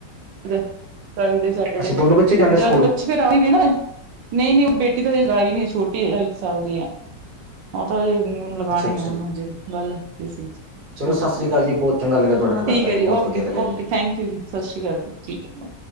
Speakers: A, on the right; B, on the right.
A: ਫਰਾਈਡੇ, ਸੈਟਰਡੇ
B: ਅੱਛਾ ਦੋਨੋਂ ਬੱਚੇ ਜਾਂਦੇ ਸਕੂਲ
A: ਜਦ ਬੱਚੇ ਫਿਰ ਆਹੀ ਨੇ ਨਾ ਨਹੀਂ ਨਹੀਂ ਉਹ ਬੇਟੀ ਤਾਂ ਹਲੇ ਲਾਈ ਨੀ ਛੋਟੀ ਇੱਕ ਸਾਲ ਦੀ ਐ। ਉਹ ਤਾਂ
B: ਅੱਛਾ
A: ਲਗਾਣੀ
B: ਅੱਛਾ
A: ਆ ਹੁਣ
B: ਜੀ
A: ਹਜੇ ਗੱਲ ਕੀਤੀ ਸੀ।
B: ਚਲੋ
A: ਹਾਂਜੀ
B: ਸਤਿ ਸ੍ਰੀ ਅਕਾਲ ਜੀ ਬਹੁਤ ਚੰਗਾ ਲੱਗਿਆ ਤੁਹਾਡੇ ਨਾਲ ਗੱਲ
A: ਠੀਕ
B: ਕਰਕੇ
A: ਐ
B: ਬਹੁਤ
A: ਜੀ ਓਕੇ
B: ਵਧੀਆ ਲੱਗਿਆ ਜੀ।
A: ਓਕੇ ਥੈਂਕ ਯੂ ਜੀ ਸਤਿ ਸ਼੍ਰੀ ਅਕਾਲ ਜੀ ਠੀਕ ਹੈ।